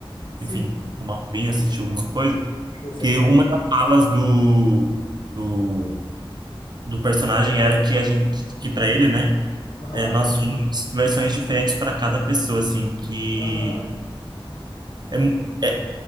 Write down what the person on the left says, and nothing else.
Sim.
Putz,
é bom,
né?
Aham.
Aham.